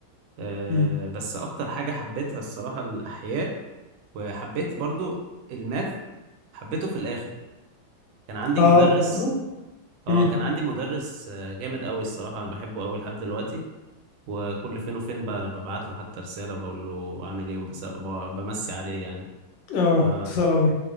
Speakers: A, on the right; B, on the left.
A: أه
B: امم
A: بس اكتر حاجه حبيتها الصراحه الاحياء وحبيت برضه الماث حبيته في الاخر كان عندي
B: اه
A: مدرس
B: الرياضة؟
A: اه
B: امم
A: كان عندي مدرس آه، جامد قوي الصراحه انا بحبه قوي لحد دلوقتي وكل فين وفين ب- ببعت له حتى رسالة وبقول له عامل ايه بس بمسي عليه يعني
B: اه
A: ف
B: تسأل على